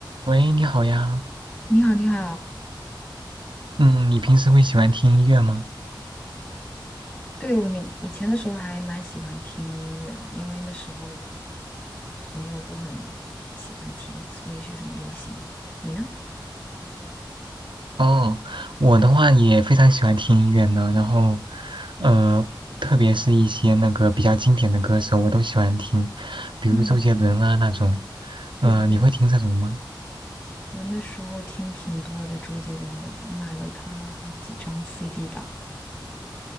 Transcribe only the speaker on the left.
你好，你好。
对，我你以前的时候还蛮喜欢听音乐的，因为那时候朋友都很喜欢听，所以是一种流行。你呢？
嗯，对对对，
我那时候听挺多的周杰伦的，我买了他几张 CD 吧。